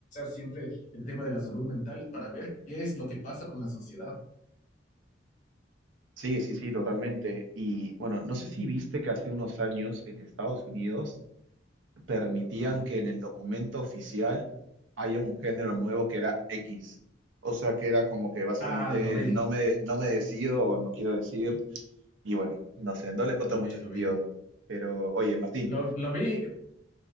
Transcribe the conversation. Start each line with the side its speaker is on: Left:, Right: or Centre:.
Left: siempre el tema de la salud mental para ver qué es lo que pasa con la sociedad.
Right: Sí, sí, sí, totalmente. Y bueno, no sé si viste que hace unos años en Estados Unidos permitían
Left: Sí,
Right: que en el documento oficial haya un género nuevo que era X. O sea, que era como que básicamente
Left: Ah, lo vi,
Right: no me, no me decido o no quiero decir. Y bueno, no sé, no le encuentro
Left: lo
Right: mucho
Left: vi, lo
Right: sentido.
Left: vi.
Right: Pero, oye, Martín,
Left: lo, lo vi,